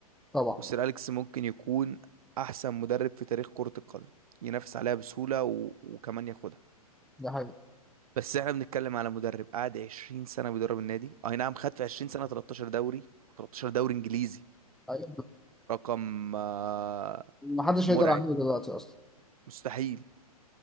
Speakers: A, in the centre; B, on the right.
A: طبعا
B: والسير اليكس ممكن يكون احسن مدرب في تاريخ كرة القدم ينافس عليها بسهولة و... وكمان ياخدها
A: ده حقيقي
B: بس احنا بنتكلم على مدرب قعد 20 سنة بيدرب النادي اي نعم خد في 20 سنة 13 دوري 13 دوري انجليزي
A: أيوة.
B: رقم آه،
A: محدش
B: مرعب
A: يقدر يعمله دلوقتي اصلا
B: مستحيل